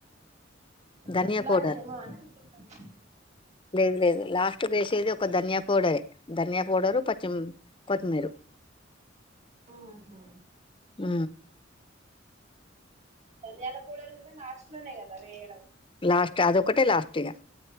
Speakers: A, on the left; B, on the right.
A: ధనియా
B: అట్లా
A: పౌడర్
B: అనే ఏమో అని అనుకుంటాను
A: లేదు లేదు లాస్ట్ వేసేది ఒక ధనియా పౌడరే ధనియా పౌడరు పచిం కొత్తిమీరు
B: ఆ హా
A: ఉ
B: ధనియాల పౌడరు కూడా లాస్ట్ ట్లోనే కదా వేయడం
A: లాస్ట్ అదొకటే లాస్ట్గా